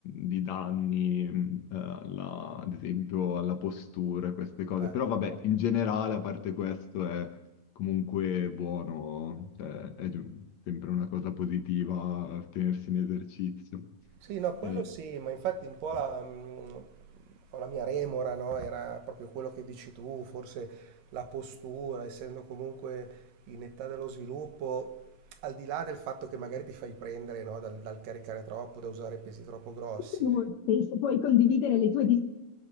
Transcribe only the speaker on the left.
di danni, mh, eh, alla- ad esempio alla postura, queste cose.
Però vabbè, in generale, a parte questo, è comunque buono, cioè, è giu- sempre una cosa positiva tenersi in esercizio.
E-
Inoltre, Se se puoi condividere le tue dis-